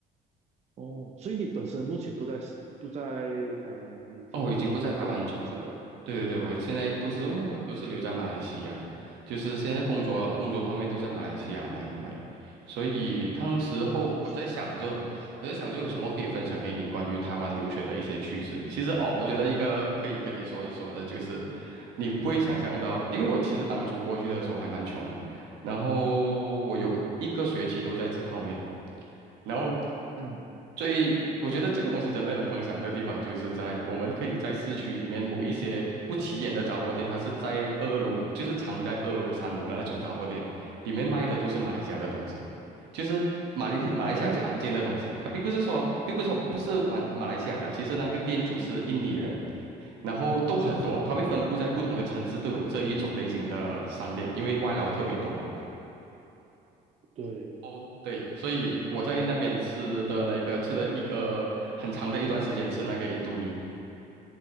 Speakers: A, on the right (about 40°); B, on the right (about 85°).
A: 哦，所以你本身目前不在不在台湾了，你已经回来马来西亚了，
B: 哦，我已经不在台湾久了。对对对，我现在都是为都是留在马来西亚，
A: 哦，
B: 就是现在工作工作方面都在马来西亚嘛，因为，所以当时候我在想着，
A: 了解，
B: 我在想着有什么可以分享给你关于台湾留学的一些趣事。其实哦，我觉得一个可以跟你说一说的就是，你不会想象到，因为我其实当初过去的时候还蛮穷的。然后我有一个学期都在吃泡面，
A: 嗯。
B: 然后
A: 嗯，
B: 最我觉得这个东西真的能分享的地方，就是在我们可以在市区里面某一些不起眼的杂货店，它是在二楼，就是藏在二楼、三楼的那种杂货店，里面卖的都是马来西亚的东西，就是马来马来西亚常见的东西。
A: 哦，
B: 它并不是说，并不是说不是玩马来西亚的，其实那个店主是印尼人，然后都很多，
A: 哦，
B: 它会分布在不同的城市都有这一种类型的商店，因为外劳特别多嘛。
A: 对，
B: 哦，对，所以我在那边吃的那个吃了一个很长的一段时间，吃那个印度米。